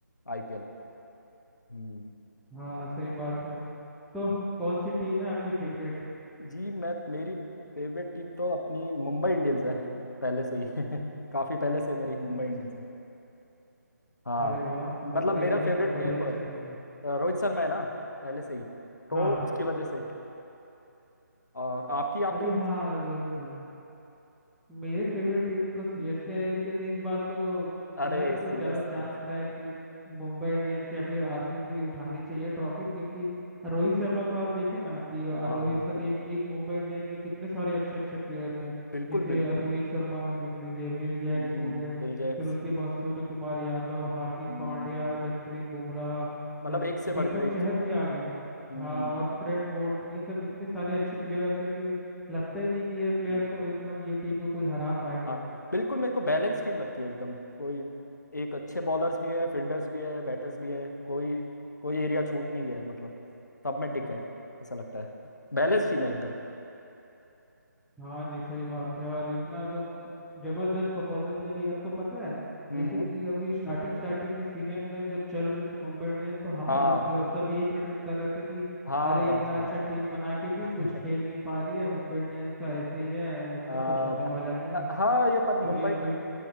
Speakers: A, on the left (about 65°); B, in the centre.
A: आईपीएल हम्म
B: हाँ सही बात है तो
A: बिल्कुल।
B: कौन सी टीम है आपकी फेवरेट
A: जी मैं मेरी फेवरेट टीम तो अपनी मुंबई इंडियंस है पहले से ही <laughs> काफी पहले से मेरी मुंबई
B: मैच
A: इंडियंस है हाँ
B: अरे वाह
A: मतलब
B: मुंबई
A: मेरा
B: इंडियंस
A: फेवरेट
B: तो
A: प्लेयर
B: बड़ी अच्छी
A: वो है
B: टीम है
A: अ, रोहित शर्मा है ना पहले से ही तो
B: हाँ हाँ
A: उसकी वजह से और आपकी आपकी
B: अरे
A: कौन सी
B: हाँ रोहित शर्मा मेरे फेवरेट टीम तो सीएसके है लेकिन इस बार तो
A: अरे
B: लग
A: सी
B: तो ज़्यादा
A: एस
B: चांस
A: के
B: रहा है कि मुंबई इंडियंस या फिर आरसीबी उठानी चाहिए ट्रॉफी क्योंकि रोहित शर्मा को आप देखें ना कि
A: हाँ
B: रोहित
A: हाँ
B: श- एक एक मुंबई इंडियंस में कितने सारे अच्छे अच्छे प्लेयर्स हैं
A: बिल्कुल
B: जैसे
A: बिल्कुल
B: रोहित शर्मा देख लीजिए विल जैक्स
A: हम्म
B: हो गए फिर
A: बिल जैक्स
B: उसके बाद सूर्य कुमार यादव हार्दिक
A: हम्म
B: पांड्या जसप्रीत बुमराह
A: मतलब
B: दीपक
A: एक से बढ़कर एक
B: चहर भी आ गए हैं
A: हम्म
B: हाँ
A: हम्म,
B: और ट्रेंट बोल्ट ये सब इतने सारे अच्छे प्लेयर्स हैं कि लगता ही नहीं कि ये प्लेयर
A: हम्म।
B: को इतना ये टीम को कोई हरा पाएगा
A: हाँ बिल्कुल मेरे को बैलेंस टीम लगती है एकदम कोई एक अच्छे बॉलर्स भी है फील्डर्स भी है बैटर्स भी है कोई कोई एरिया छूट नहीं गया है मतलब सब में टिक है ऐसा लगता है बैलेंस टीम है एकदम
B: हाँ जी सही बात है और इतना एकदम जबरदस्त परफॉर्मेंस दे रही है आपको पता है
A: हम्म
B: जैसे
A: हम्म
B: कि अभी स्टार्टिंग स्टार्टिंग में सीजन में जब चल रही थी मुंबई इंडियंस तो हार
A: हाँ
B: रही थी और सब यही प्रेडिक्ट कर रहे थे कि
A: हाँ
B: अरे
A: बस
B: इतना अच्छा
A: बस
B: टीम बना के भी
A: <laughs>
B: कुछ खेल नहीं पा रही है मुंबई इंडियंस तो ऐसे ही है उसका
A: अ,
B: कुछ होने वाला नहीं है
A: हाँ ये पर मुंबई
B: फिर
A: का
B: मिड